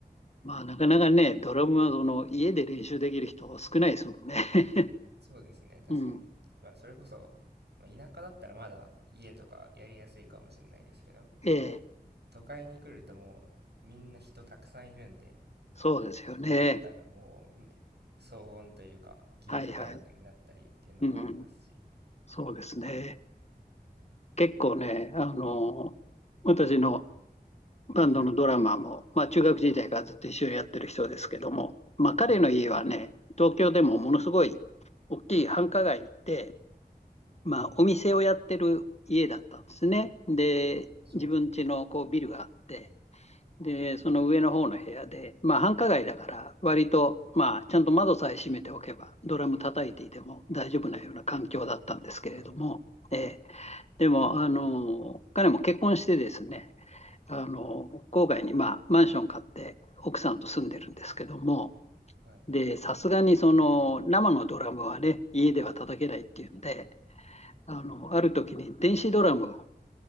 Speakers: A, on the left; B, on the right.
A: まあ、なかなかね、ドラムはその家で練習できる人少ないですもんね。<laughs>
B: そうですね、確かに。
A: うん。
B: まあ、それこそ、まあ、田舎だったらまだ家とかやりやすいかもしれないですけど、
A: ええ、
B: 都会に来るともうみんな人たくさんいるんで、
A: そうですよね。
B: あれですよね多分もう、うん騒音というか、近所迷惑になったりっていうのもありますし。
A: はいはい。うん。そうですね。結構ね、あの、私のバンドのドラマーも、
B: はい。
A: まあ、中学時代からずっと一緒にやってる人ですけども、まあ、彼の家はね、
B: うん、
A: 東京でもものすごい大きい繁華街で、まあ、
B: うん。
A: お店をやってる家だったんですね。で、
B: そうなんですね。
A: 自分家のこうビルがあって、で、その上の方の部屋で、まあ、繁華街だから、割と、まあ、ちゃんと窓さえ閉めておけば、ドラム叩いていても大丈夫なような環境だったんですけれども、
B: あ
A: ええでも、あの、彼も結婚してですね、あの、郊外に、まあ、マンション買って、奥さんと住んでるんですけども、
B: あ、はい。
A: で、さすがにその生のドラムはね、家では叩けないっていうんで、あの、ある時に電子ドラムを